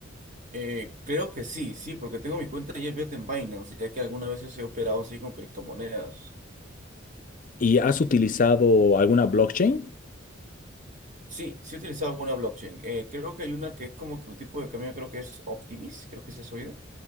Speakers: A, on the right; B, on the left.
A: Eh, creo que sí, sí, porque tengo mi cuenta ya abierta en Binance, ya que algunas veces he operado así con criptomonedas.
B: ¿Y has utilizado alguna blockchain?
A: Sí, sí he utilizado alguna blockchain. Eh, creo que hay una que es como que un tipo de cambio, creo que es Optimis, creo que se has oído.